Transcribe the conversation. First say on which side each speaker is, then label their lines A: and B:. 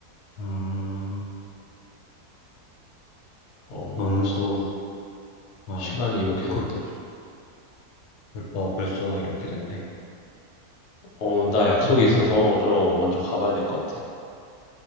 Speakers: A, on the left; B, on the left.
A: 음,
B: 어, 이게
A: 농구,
B: 벌써
A: 어,
B: 시간이 이렇게 됐네.
A: 그, 어, 벌써 이렇게 됐네.
B: 어, 나 약속이
A: 그러면,
B: 있어서 좀 먼저 가봐야 될 것 같아.